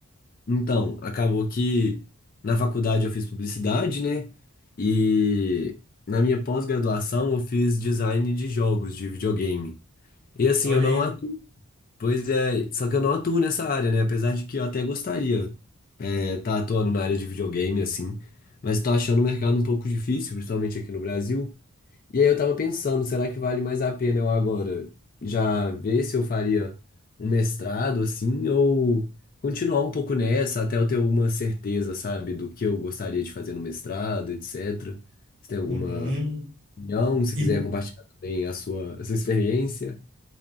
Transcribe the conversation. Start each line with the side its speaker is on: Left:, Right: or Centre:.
Left: Então, acabou que na faculdade eu fiz publicidade, né? E na minha pós-graduação eu fiz design de jogos de videogame. E assim,
Right: Olha
Left: eu não
Right: aí.
Left: atuo, pois é, só que eu não atuo nessa área, né? Apesar de que eu até gostaria é, tá atuando na área de videogame, assim, mas tô achando o mercado um pouco difícil, principalmente aqui no Brasil. E aí eu tava pensando, será que vale mais a pena eu agora já ver se eu faria um mestrado assim ou continuar um pouco nessa até eu ter alguma certeza, sabe, do que eu gostaria de fazer no mestrado, etc. Se tem alguma
Right: Uhum.
Left: opinião, se
Right: E
Left: quiser compartilhar também a sua, a sua experiência.